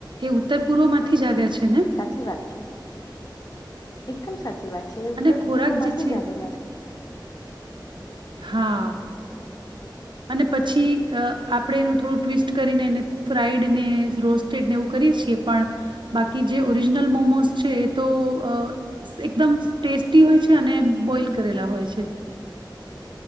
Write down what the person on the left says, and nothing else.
સાચી વાત છે. એકદમ સાચી વાત છે એ ઉત્તર
પૂર્વ માંથી
જ આવેલા છે.